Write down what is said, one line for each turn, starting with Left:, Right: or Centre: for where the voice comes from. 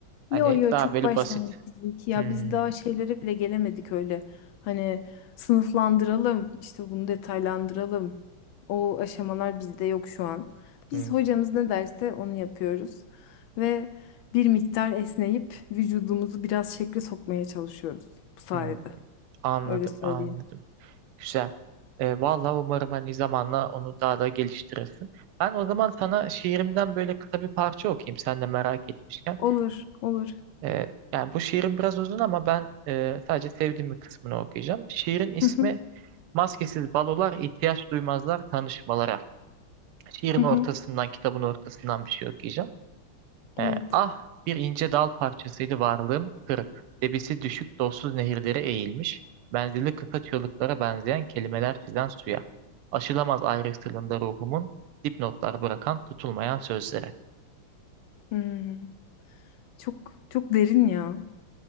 Right: hani
Left: Yo yo
Right: daha
Left: çok
Right: böyle
Left: başlangıç
Right: basit.
Left: bizimki ya
Right: Hmm,
Left: biz daha şeylere bile gelemedik öyle. Hani sınıflandıralım işte bunu detaylandıralım. O aşamalar bizde yok şu an.
Right: hmm,
Left: Biz hocamız ne derse onu yapıyoruz ve bir miktar esneyip vücudumuzu biraz şekle sokmaya çalışıyoruz bu sayede.
Right: hmm. Anladım,
Left: Öyle söyleyeyim.
Right: anladım. Güzel. E, vallahi umarım hani zamanla onu daha da geliştirirsin. Ben o zaman sana şiirimden böyle kısa bir parça okuyayım sen de merak etmişken.
Left: Olur, olur.
Right: Ee, yani bu şiirin biraz uzun ama ben e, sadece sevdiğim bir kısmını okuyacağım. Şiirin ismi
Left: Hı hı,
Right: Maskesiz Balolar ihtiyaç Duymazlar Tanışmalara. Şiirin
Left: hı hı.
Right: ortasından, kitabın ortasından bir şey okuyacağım. Ee,
Left: Evet.
Right: ah bir ince dal parçasıydı varlığım kırık. Debisi düşük dostsuz nehirlere eğilmiş. Menzili kısa çığlıklara benzeyen kelimeler çizen suya. Aşılamaz ayrıntılığında ruhumun dipnotlar bırakan tutulmayan sözlere.
Left: Hmm. Çok çok derin ya.